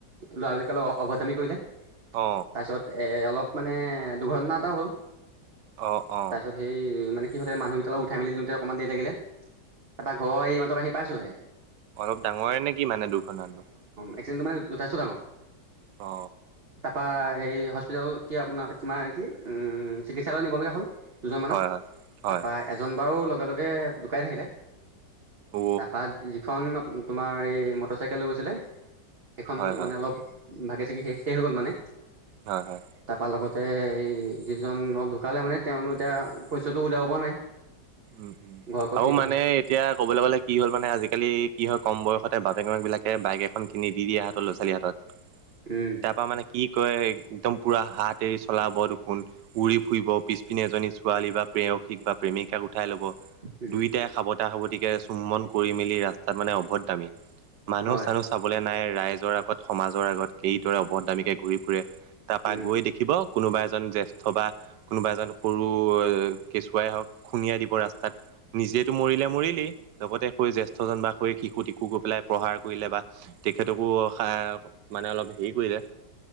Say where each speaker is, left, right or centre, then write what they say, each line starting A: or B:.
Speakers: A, on the right; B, on the right.
A: ল'ৰাবিলাকে অ অভদ্ৰামি কৰিলে
B: অ
A: তাৰপিছত অলপ মানে দুৰ্ঘটনা এটাও হল
B: অ অ
A: তৰছত সেই কি হহতে মানুহকেইটাক উঠাই মেলি দিওঁতে অকণমান দেৰি লাগিলে তাপা ঘৰ এই মাত্ৰ আহি পাইছোহে
B: অলপ ডাঙৰে নে কি মানে দুৰ্ঘটনাটো
A: একচিদেন্তটো মানে যথেষ্ট ডাঙৰ
B: অ
A: বা এই হস্পিতেল কি আপোনাৰ তোমাৰ কি উম চিকিৎসালয় নিব লগা হ'ল দুজনমানক
B: হয় হয় হয়
A: তাৰপৰা এজন বাৰু লগে লগে ধুকাই থাকিলে
B: অ
A: তাৰপা যিখন তোমাৰ এই মটৰ চাইকেল লৈ গৈছিলে সেইখন
B: হয় হয়
A: মানে অলপ ভাগি-চাগি শেষে হৈ গ'ল মানে,
B: হয় হয়
A: তাৰপা লগত তে এই যিজন ঢুকালে মানে তেওঁলোক এতিয়া পইচাটো উলিয়াব পৰা নাই।
B: উম-উম
A: ঘৰ ক'ত
B: আৰু
A: কি কথা
B: মানে এতিয়া ক'বলৈ গ'লে কি হ'ল মানে, আজিকালি কি হ'ল কম বয়সতে বাপেক-মাক বিলাকে বাইক এখন কিনি দি আহাটো ল'ৰা-ছোৱালীৰ হাতত
A: উম
B: তাৰপা মানে কি কয়? একদম পুৰা হাত এৰি চলাব দেখোন, উৰি ফুৰিব পিছপিনে এজনী ছোৱালী বা প্ৰেয়সিক বা প্ৰেমিকাক উঠাই ল'ব,
A: উম
B: দুয়োটাই সাবতা-সাবতিকে চুমন কৰি মেলি ৰাস্তাত মানে অভদ্ৰামী মানুহ-চানুহ
A: হয়
B: চাবলে নাই, ৰাইজৰ আগত, সমাজৰ আগত কিদৰে অভদ্ৰামীকে ঘূৰি ফুৰে। তাপা
A: উম
B: গৈ দেখিব কোনোবা এজন জ্যেষ্ঠ বা কোনোবা এজন সৰু কেঁচুৱাই হওক খুন্দিয়াই দিব ৰাস্তাত, নিজেতো মৰিলে, মৰিলেই লগতে হৈ জ্যেষ্ঠজন বা হৈ শিশুটিক। আকৌ গৈ পেলাই প্ৰহাৰ কৰিলে বা, তেখেতকো হা মানে অলপ হেৰি কৰিলে